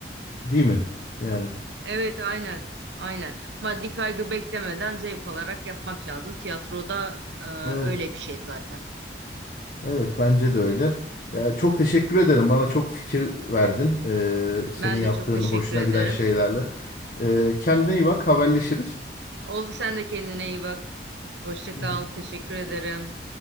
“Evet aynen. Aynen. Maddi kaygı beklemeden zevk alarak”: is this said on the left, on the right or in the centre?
Right